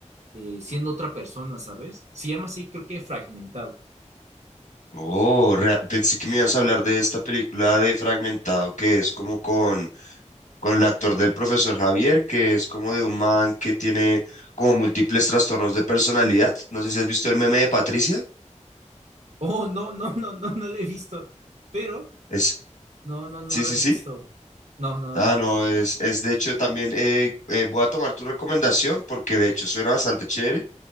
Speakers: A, on the right (about 65°); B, on the left (about 80°).
A: eh, siendo otra persona, ¿sabes? Se llama así, creo que fragmentado. <laughs>
B: Oh, rea- pensé que me ibas a hablar de esta película de Fragmentado, que es como con con el actor del profesor Javier, que es como de un man que tiene como múltiples trastornos de personalidad. No sé si has visto el meme de Patricia.
A: Oh, no, no, no, no, no lo he visto. Pero,
B: Es,
A: no, no, no
B: sí,
A: lo
B: sí,
A: he
B: sí.
A: visto. No, no,
B: Ah,
A: no.
B: no, es, es de hecho también eh, eh, voy a tomar tu recomendación porque de hecho suena bastante chévere,